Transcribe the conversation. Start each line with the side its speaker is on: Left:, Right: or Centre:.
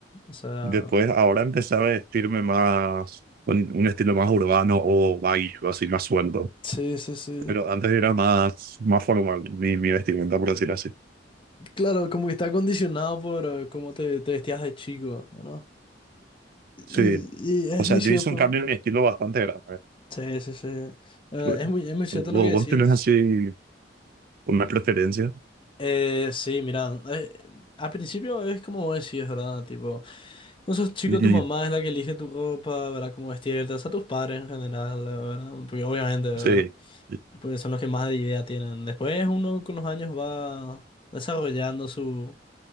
Left: O sea,
Right: Después, ahora empecé a vestirme más, con un estilo más urbano o baggy, o así más suelto.
Left: sí, sí, sí.
Right: Pero antes era más, más formal mi, mi vestimenta, por decir así.
Left: Claro, como que está condicionado por eh, cómo te, te vestías de chico, ¿no? Y,
Right: Sí,
Left: y es
Right: o sea,
Left: muy cierto.
Right: yo hice un cambio en mi estilo bastante grande.
Left: Sí, sí, sí. Eh,
Right: Bueno,
Left: es muy, es muy cierto
Right: ¿Vos
Left: lo que
Right: vos
Left: decís.
Right: tenés así una preferencia?
Left: Eh, sí, mira, eh, al principio es como vos decís, ¿verdad? Tipo, con sos chico
Right: Y,
Left: tu mamá
Right: y-
Left: es la que elige tu ropa, ¿verdad? Cómo vestirte, o sea, tus padres en general, ¿verdad? Porque obviamente, ¿verdad?
Right: sí, y-
Left: Porque son los que más idea tienen. Después uno con los años va desarrollando su